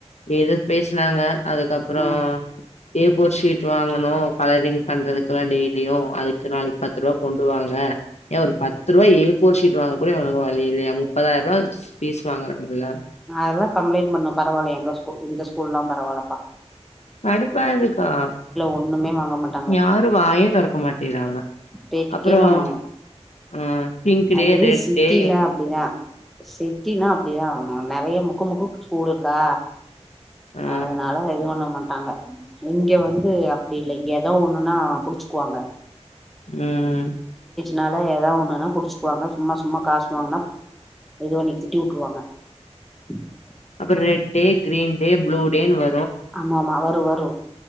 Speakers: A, on the left; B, in the centre.
A: இது பேசுனாங்க. அதுக்கப்புறம்
B: ம்
A: ஏ போர் ஷீட் வாங்கனும் கலரிங் பண்றதுக்கெல்லா டெய்லியு அதுக்கு நாளைக்கு பத்து ரூவா கொண்டு வாங்க ஏன் ஒரு பத்து ரூவா ஏ போர் ஷீட் வாங்க கூட இவ்ங்களுக்கு வழி இல்லியா? முப்பதாயிரம் ரூவா பீஸ் வாங்குறாங்கல்ல
B: அதெல்லாம் கம்ப்ளைண்ட் பண்ணு பரவால எங்க ஸ்கூல் இந்த ஸ்கூல்லாம் பரவாலப்பா.
A: கடுப்பாதுக்கா
B: ஒண்ணுமே வாங்க மாட்டாங்க
A: யாரும் வாயேதெறக்கமாட்டேறாங்க
B: கேக்கு
A: அப்றம்
B: கேக்கணு
A: அஹ் பிங்கு
B: அது
A: டே ரெட்
B: சிட்டில
A: டே
B: அப்டிதா சிட்டினா அப்டிதா நறைய முக்கு முக்குக் ஸ்கூல் இருக்கா?
A: ஆ
B: அதனால இது ஒண்ணு மன் டாங்க இங்க வந்து அப்டி இல்ல இங்க ஏதோ ஒண்ணுன்னா புடிச்சுக்குவாங்க.
A: உம்
B: னால ஏதா ஒண்ணுன்னா புடிச்சுக்குவாங்க சும்மா சும்மா காசு வாங்குன்னா இதுபண்ணி திட்டி வுட்டுருவாங்க. ம் <inaudible>
A: அப்றோ red day green day blue டேன் வ
B: ஆமா மா வரும் வரும்